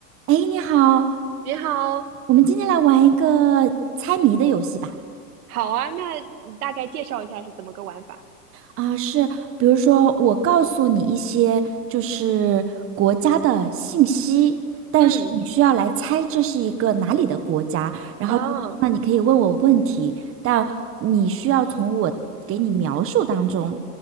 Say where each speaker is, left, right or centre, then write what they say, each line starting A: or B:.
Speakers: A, on the right; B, on the right.
A: 哎，你好，
B: 你好，
A: 我们今天来玩一个猜谜的游戏吧。
B: 好啊，那你大概介绍一下是怎么个玩法？
A: 啊，是，比如说我告诉你一些就是国家的信息，但是你需要来猜这是一个哪里的国家。
B: 嗯，
A: 然后那你可以问我问题，
B: 哦，
A: 但你需要从我给你描述当中